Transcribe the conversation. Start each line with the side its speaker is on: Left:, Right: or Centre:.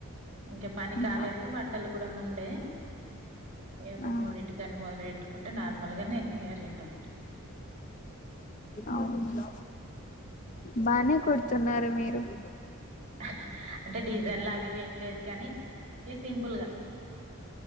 Right: ఇంక పని కాలేదు
Left: ఆ
Right: బట్టలు కూడ ఉండే యొక
Left: ఆ
Right: మూడిటికి మొదలుపెట్టుకుంటే నాలుగు మలగనే ఇగ రెండును
Left: అవును బానే కుడుతున్నారు మీరు <unintelligible>
Right: హ హ అంటే డిజైన్లు అవి ఇవి ఏమి లేదు కానీ ఇక సింపుల్గా